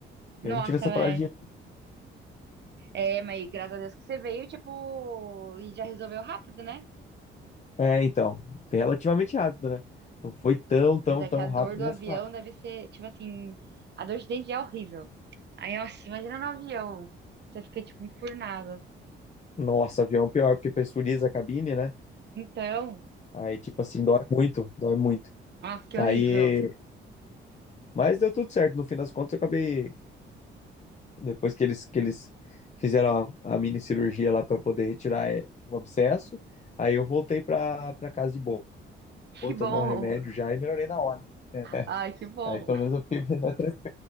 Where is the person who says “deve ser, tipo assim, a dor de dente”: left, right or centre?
Right